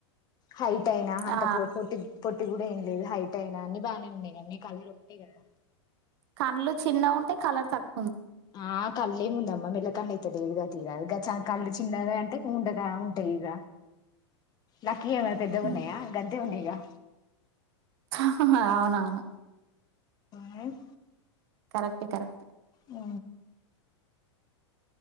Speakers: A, on the left; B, on the right.
A: హైట్ అయినా అంత
B: ఆ
A: పో పొట్టి పోట్ ట్టి కూడా ఏం లేదు హైట్ అయినా అని బానే ఉన్నాయి గానీ నీ కలర్ ఒకటే కదా
B: కండ్లు చిన్నగుంటే కలర్ తక్
A: ఆ కళ్ళే ముందమ్మా మెల్ల కన్నె త లేదుగా తీయరాదు గ చ కళ్ళు చిన్నగా అంటే ఉండగా ఉంటాయ్ ఇగ లక్కీ యెమన్న
B: ఉమ్.
A: పెద్దగుంన్నాయా గంతే ఉన్నాయ్ గా
B: అవునవును
A: హుమ్
B: కరెక్ట్ ఏ కరెక్ట్ ఏ
A: హు